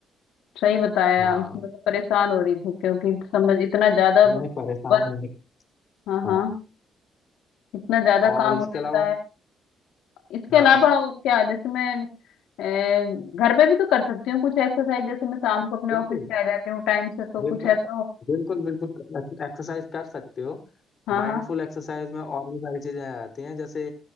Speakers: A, on the left; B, on the left.
A: सही बताया
B: हाँ
A: मैं तो परेशान हो रही थी क्योंकि समझ इतना ज्यादा
B: नहीं
A: वर्क
B: परेशान होने
A: हाँ हाँ
B: हाँ
A: इतना ज्यादा
B: और
A: काम
B: इसके
A: हो जाता
B: अलावा
A: है इसके
B: हाँ
A: अलावा और क्या जैसे मैं अ, घर पे भी तो कर सकती हूँ कुछ एक्सरसाइज जैसे मैं शाम को अपने
B: बिल्कुल
A: ऑफिस से आ जाती हूँ टाइम से तो
B: बिल्कुल
A: कुछ ऐसा हो
B: बिल्कुल बिल्कुल एक्सरसाइज कर सकते हो
A: हाँ
B: माइंडफुल
A: हाँ
B: एक्सरसाइज में और भी सारी चीजें आ जाती हैं जैसे